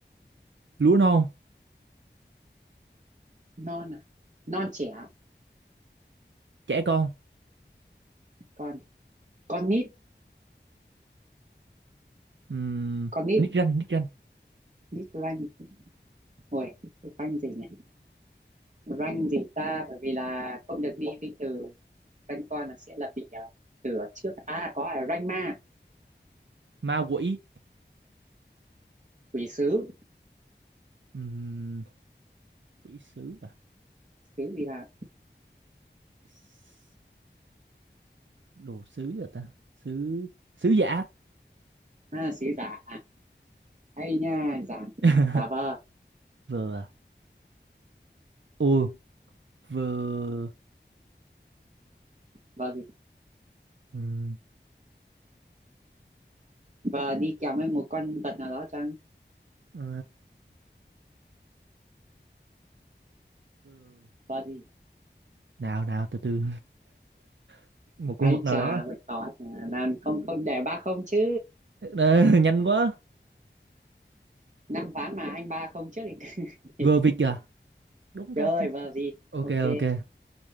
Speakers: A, on the right (about 80°); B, on the right (about 40°).
A: lúa non,
B: non à non trẻ
A: trẻ con.
B: còn con nít
A: Uhm,
B: con nít
A: nick ranh, nick ranh,
B: nít ranh ôi ranh gì này ranh gì ta bởi vì là không được đi với từ ranh con là sẽ là bị à, từ ở trước à có à ranh ma
A: ma quỷ.
B: quỷ sứ
A: Uhm, quỷ sứ.
B: sứ gì là
A: S- đồ sứ à ta sứ sứ giả
B: à sứ giả à hay nha giả gì
A: <laughs>
B: là giả vờ
A: vừa à? ừ vừa
B: vờ gì
A: ừm,
B: vờ đi kèm với một con vật nào đó chăng
A: ờ, vừa.
B: vờ gì
A: nào nào từ từ <laughs> một con
B: ai
A: vật nào
B: chà
A: đó
B: vậy có mà không không để ba không chứ
A: Ờ, <laughs> nhanh quá
B: năm ván mà anh ba không trước thì
A: vừa vịt
B: <laughs>
A: à đúng
B: chơi
A: ta
B: vờ vịt,
A: ok
B: ok.
A: ok